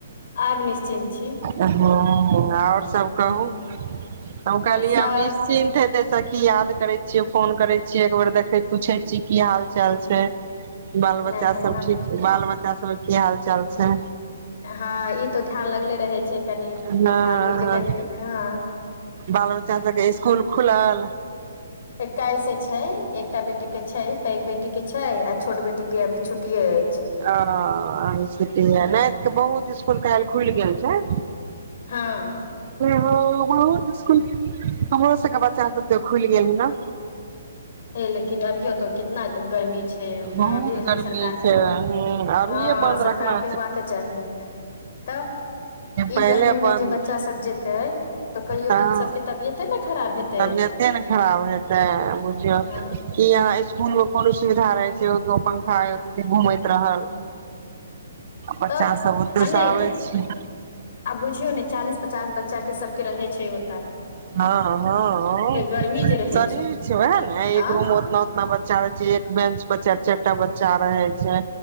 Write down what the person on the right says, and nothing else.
ह आओर सब
कहू? हम कहलियै
निश्चिन्त हेतै सखी याद करे छीये। फोन करे छीये। एकबेर देखे पूछे छीये की हाल? चाल छै? बाल
बच्चा
सब
ठीक छै? बाल बच्चा सब ओकर की हाल चाल छै?
हँ
बाल बच्चा सबके स्कुल खुलल
आ आओरो छुट्टी में नैत के बहुत इस कूल काइल खुल गेल छै।
हं बहुत स्कूल हमरो सबके बच्चा सब के खुलि गेल है ने।
बहुत
गर्मी
छै
अभिये
बन्द
रखना
पहिले
बन्द
हँ
तबियते ने खराब हेतै। बुझियो
कि आहाँ स्कू कूलो पर उ सुविधा रहै छै ओत पंखा घुमैत रहल। बच्चा
सब ओते
से आबै छै
हँ हँ
शरीर छै वएह ने एक
रूम उतना उतना बच्चा रहै छै एक बेंच। बच्चा चारिटा बच्चा रहै। छै